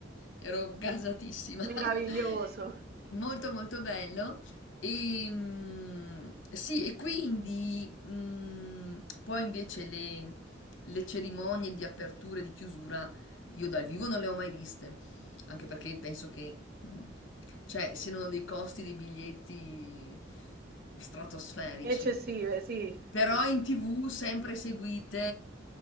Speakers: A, on the left; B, on the right.
A: Ero gasatissima.
B: Meraviglioso!
A: <laughs> Molto molto bello. E, mm, sì, e quindi mm, poi invece le, le cerimonie di apertura e di chiusura io dal vivo non le ho mai viste, anche perché penso che mm, cioè, siano dei costi dei biglietti stratosferici.
B: Eccessive, sì.
A: Però in TV sempre seguite